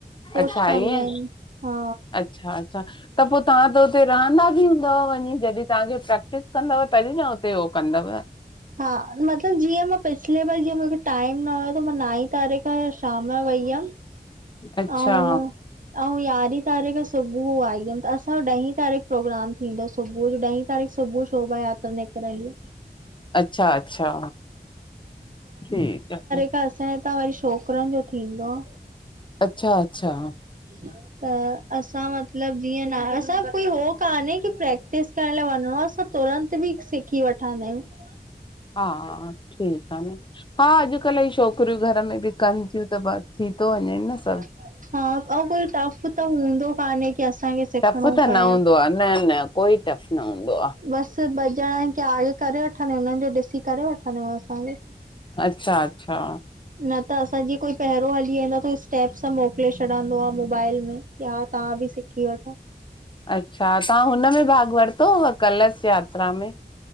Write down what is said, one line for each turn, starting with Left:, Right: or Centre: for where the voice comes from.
Right: पुश
Left: अच्छा
Right: कंदा
Left: ईअं
Right: आहिनि हा
Left: अच्छा अच्छा त पोइ तव्हां त हुते रहंदा हूंदव वञी जॾहिं तव्हांखे प्रेक्टिस कंदव तॾहिं न हुते हो कंदव
Right: हा मतिलब जीअं मां पस पले <unintelligible> ब जीअं मूंखे टाइम न हुयो त मां नाईं तारीख़ शाम जो वई हुअमि
Left: अच्छा
Right: ऐं ऐं यारहीं तारीख़ सुबुह आई हुयमि त असांजो ॾहीं तारीख़ प्रोग्राम थींदो सुबुह जो ॾहीं वरी सुभु शोभा यात्रा निकिरी
Left: अच्छा अच्छा ठीक आहे
Right: त असां त वरी छोकिरनि जो थींदो आ।
Left: अच्छा -अच्छा
Right: अ <unintelligible> त असां मतिलबु जीअं न, असां कोई हो कान्हे की प्रैक्टिस करण लाए वंञिंणो आ सभु तुरंत बि सिखी वठंदा आहियंउं।
Left: हा ठीक आ न, हा अॼुकल्ह यी छोकि -किरियूं घर में बि कनि थियूं त ब थी तो वञेंनि न सभु।
Right: हा, अंउ कोई टफ त हूंदो कान्हे कि असांखे सिखिणो
Left: टफ त
Right: पए,
Left: न हूंदो आहे न न कोई टफ न हूंदो
Right: बसि ॿ ॼणा कियाल करे वठंदा आहियूं उन्हन जो ॾिसी करे वठंदा आहियूं असांबि।
Left: अच्छा -अच्छा
Right: न त असांजी कोई पहिरियों हली वेंदा फिर स्टेप्स मोकिले छॾंदो आ मोबाइल में कि हा तहां बि सिखी वठो।
Left: अच्छा तहां हुन में भाग वरितो हुअ, कलश यात्रा में।